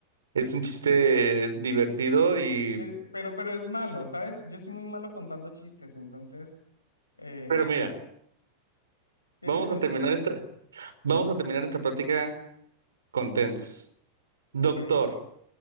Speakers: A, on the right (about 70°); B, on the left (about 80°).
A: es un chiste divertido y...
B: Eh, pero, pero es malo, ¿sabes? Yo soy muy malo contando chistes, entonces, eh,
A: Pero mira,
B: tienes
A: vamos
B: uno.
A: a terminar esta, vamos a terminar esta plática contentos. Doctor.
B: Ok,